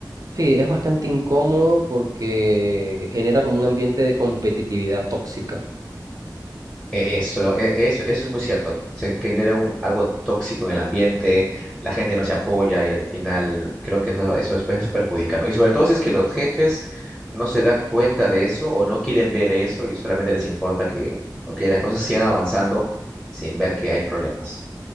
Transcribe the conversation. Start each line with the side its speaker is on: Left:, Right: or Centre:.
Right: Sí, es bastante incómodo porque genera como un ambiente de competitividad tóxica,
Centre: Eso, lo- e- eso, eso es muy cierto. Se genera un- algo tóxico en el ambiente, la gente no se apoya y al final creo que eso, eso después se perjudica, ¿no? Y sobre todo si es que los jefes no se dan cuenta de eso o no quieren ver eso y solamente les importa que, ok, las cosas sigan avanzando sin ver que hay problemas.